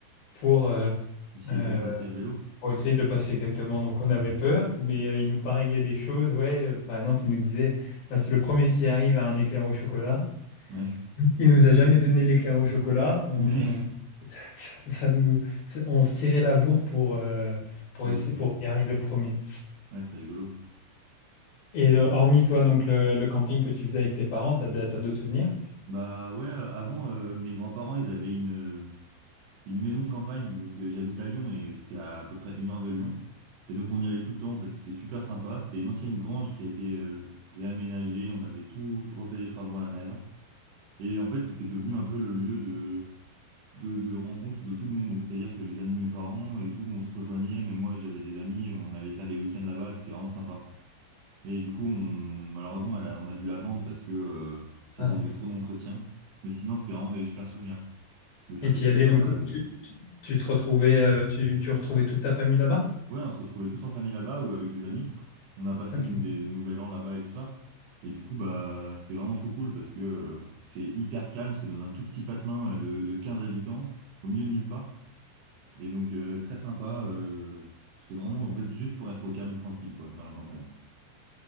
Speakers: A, on the left; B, on the right.
A: pour, euh,
B: Essayer
A: euh,
B: de le passer à vélo.
A: pour essayer de le passer exactement. Donc on avait peur, mais euh, il nous pariait des choses. Ouais, euh, par exemple, il nous disait, bah, c'est le premier qui arrive à un éclair au chocolat.
B: Ouais.
A: Il nous a jamais donné l'éclair au chocolat. On,
B: Mais
A: <laughs> ça nous, on se tirait la bourre pour, euh, pour
B: <laughs> pour
A: essayer,
B: essayer.
A: pour y arriver le premier.
B: Ouais, c'est rigolo.
A: Et euh, hormis toi, donc le, le camping que tu faisais avec tes parents, t'as, d- t'as d'autres souvenirs?
B: Bah ouais, euh, avant, euh, mes grands-parents, ils avaient une. euh, une maison de campagne, donc euh, j'habite à Lyon et c'était à, à peu près une heure de Lyon. Et donc on y allait tout le temps en fait, c'était super sympa. C'était une ancienne grange qui a été euh, réaménagée, on avait tout refait des travaux à l'intérieur. Et en fait c'était devenu un peu le lieu de, de, de rencontre de tout le monde. Donc c'est-à-dire que les amis de mes parents et tout, on se rejoignait, même moi j'avais des amis, on allait faire des week-ends là-bas, c'était vraiment sympa. Mais du coup on, malheureusement elle a- on a dû la vendre parce que euh, ça
A: Ah.
B: demandait trop d'entretien. Mais sinon c'était vraiment des super souvenirs de faire
A: Et t'y
B: des petites
A: allais,
B: balades.
A: donc
B: euh,
A: tu, tu, tu te retrouvais, euh, tu, tu retrouvais toute ta famille là-bas?
B: Ouais, on se retrouvait tous en famille là-bas ou avec des amis. On a passé
A: Ok.
B: même des, des nouvel an là-bas et tout ça. Et du coup, bah, c'était vraiment trop cool parce que euh, c'est hyper calme. C'est dans un tout petit patelin euh, de, de 15 habitants, au milieu de nulle part. Et donc, euh, très sympa. euh, c'était vraiment, en fait, juste pour être au calme, tranquille, quoi, dans la campagne.